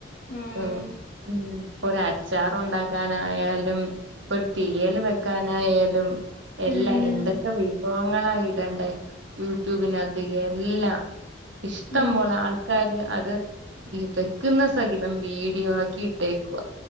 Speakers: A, on the left; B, on the right.
A: ആഹ്
B: ഉം ഉം ഒരു അച്ചാറുണ്ടാക്കാനായാലും ഒരു തീയൽ വെക്കാനായാലും എല്ലാ
A: ഉം
B: എന്തൊക്കെ വിഭവങ്ങളായി ഇടെണ്ടെ യൂട്യൂബിനകത്തേക്ക്‌ എല്ലാം ഇഷ്ടം
A: അതെ
B: പോലെ ആൾ ക്കാര് അത് ഈ വെക്കുന്ന സഹിതം വീഡിയോ ആക്കി ഇട്ടേക്കുക